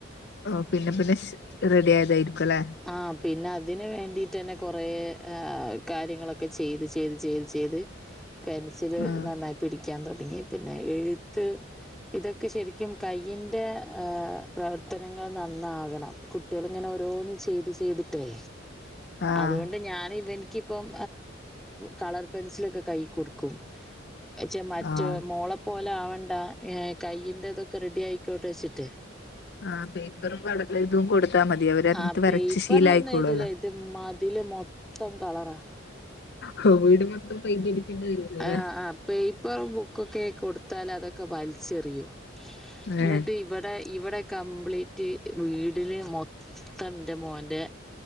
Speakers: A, on the left; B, in the centre.
A: ഓ പിന്നെ പിന്നെ ശ്‌ റെഡിഅയതായിരികൊല്ലേ?
B: ആ പിന്നെ അതിന് വേണ്ടിയിട്ടന്നെ കൊറേ അഹ് കാര്യങ്ങളൊക്കെ ചെയ്ത് ചെയ്ത് ചെയ്ത് ചെയ്ത് പെൻസില്
A: ആഹ്
B: നന്നായി പിടിക്കാൻ തൊടങ്ങി പിന്നെ എഴുത്ത് ഇതൊക്കെ ശരിക്കും കയ്യിന്റെ ഹേ പ്രവർത്തനങ്ങൾ നന്നാകണം കുട്ടികൾ ഇങ്ങനെ ഓരോന്ന് ചെ ചെയ്ത് ചെയ്തിട്ടേ
A: ആഹ്
B: അതുകൊണ്ട് ഞാനിവൻക്ക് ക്കി പ്പം കളർ പെൻസിലൊക്കെ കൈ കൊടുക്കും ച്ചേ മറ്റേ
A: ആഹ്
B: മോളെ പോലെആവണ്ട കയ്യിന്റെ ഇതൊക്കെ റെഡി ആയിക്കോട്ടെ വെച്ചിട്ട്!
A: ആ പേപ്പറും കളരെതും കൊടുത്ത ടുത്ത മതിയാവും അവരത്
B: ആഹ്
A: ഇട്ത്ത് വരച്ച്
B: പേപ്പറിലൊന്നും
A: ശീലായിക്കോളൊല്ലോ
B: എഴുതൂല ഇത് മതില് മൊത്തം കളറാ.
A: ഹൊൾട് മൊത്തം പൈന്റടിക്കേണ്ടി വരോല്ലോല്ലേ
B: ആ ആ പേപ്പർ ബുക്കൊക്കെ കൊടുത്താൽ അതൊക്കെ വലിച്ചെറിയും
A: ഏഹ്
B: ന്നട്ട് ഇവിടെ ഇവിടെ കംപ്ലീറ്റ് വീടിന് മൊ ത്തം ന്റെ മോന്റെ